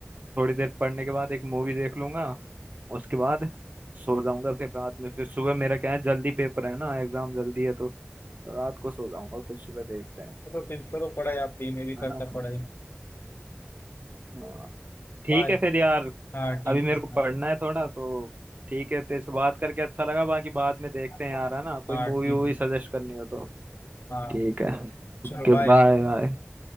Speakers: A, on the right (about 40°); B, on the left (about 60°).
A: थोड़ी देर पढ़ने के बाद एक मूवी देख लूंगा उसके बाद सो जाऊंगा फिर रात में फिर सुबह मेरा क्या है जल्दी पेपर है ना एग्जाम जल्दी है तो रात को सो जाऊंगा फिर सुबह देखते हैं
B: चलो फिर करो पढ़ाई आप भी मैं भी
A: है
B: करता
A: ना
B: पढ़ाई
A: हाँ ठीक
B: बाय
A: है फिर यार
B: हाँ ठीक
A: अभी मेरे को पढ़ना
B: है
A: है थोड़ा तो ठीक है तेरे से बात करके अच्छा लगा बाकी बाद में देखते हैं
B: हाँ
A: यार है ना कोई
B: हाँ
A: मूवी
B: ठीक
A: वूवी
B: है
A: सजेस्ट करनी हो तो
B: हाँ
A: ठीक है
B: चलो
A: Okay
B: बाय
A: bye bye